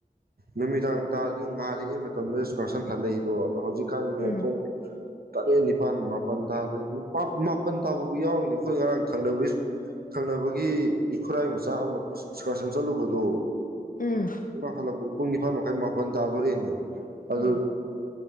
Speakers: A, on the right (about 75°); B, on the left (about 60°).
A: ꯅꯨꯃꯤꯗꯥꯡ ꯇꯥꯗꯔꯤꯉꯩ ꯉꯥꯜꯂꯤꯔꯤꯉꯩ ꯃꯇꯝꯗ ꯏꯁꯀꯔꯁꯟ ꯍꯜꯂꯛꯏꯗꯣ ꯑꯗꯣ ꯍꯧꯖꯤꯛ <unintelligible>
B: ꯎꯝ
A: ꯇꯔꯦꯠ ꯅꯤꯄꯥꯜ ꯃꯥꯄꯜ ꯇꯥꯔꯦ ꯃꯥꯄꯜ ꯇꯥꯕꯕꯨ ꯌꯥꯎꯔꯤꯅꯦ ꯑꯩꯈꯣꯏ ꯉꯔꯥꯡꯅꯕ ꯊꯪꯅꯕꯒꯤ ꯈꯨꯔꯥꯏ ꯃꯆꯥ ꯑꯃ ꯑꯦꯛꯁꯀꯔꯁꯟ ꯆꯠꯂꯨꯕꯗꯣ
B: ꯎꯝ
A: ꯍꯜꯂꯛꯄꯗꯣ ꯄꯨꯡ ꯅꯤꯄꯥꯟ ꯃꯈꯥꯏ ꯃꯥꯄꯜ ꯇꯥꯗꯣꯔꯛꯦꯅꯦꯕ ꯑꯗꯨ
B: ꯎꯝ